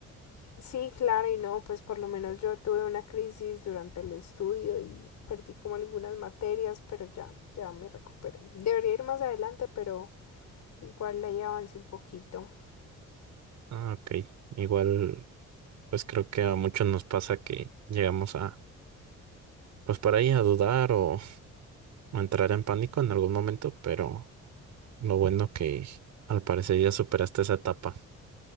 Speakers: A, on the left; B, on the right.
A: Sí, claro, y no, pues por lo menos yo tuve una crisis durante el estudio y perdí como algunas materias, pero ya, ya me recuperé. Debería ir más adelante, pero igual ahí avancé un poquito.
B: Ah, ok. Igual. pues creo que a muchos nos pasa que llegamos a, pues por ahí a dudar o, o entrar en pánico en algún momento, pero lo bueno que al parecer ya superaste esa etapa.